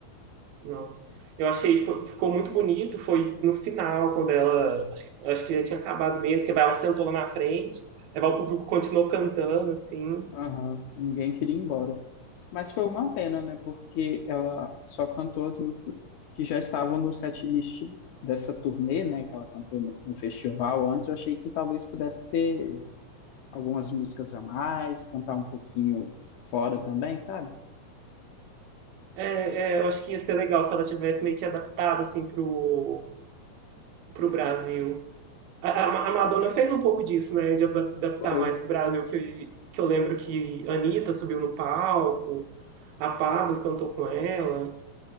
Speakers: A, on the right; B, on the left.
A: Nossa. Eu achei, fo- ficou muito bonito. Foi no final, quando ela, acho, que acho que já tinha acabado mesmo, que ela sentou lá na frente, aí o público continuou cantando, assim.
B: Aham, ninguém queria ir embora. Mas foi uma pena, né? Porque ela só cantou as músicas que já estavam no setlist dessa turnê, né? Que ela cantou no, no festival antes. Eu achei que talvez pudesse ter algumas músicas a mais, cantar um pouquinho fora também, sabe?
A: É, é, eu acho que ia ser legal se ela tivesse meio que adaptado, assim, pro, pro Brasil. A, a- a Madonna fez um pouco disso, né? De ada- adaptar
B: Foi.
A: mais pro Brasil, que, eu, que eu lembro que a Anitta subiu no palco, a Pabllo cantou com ela,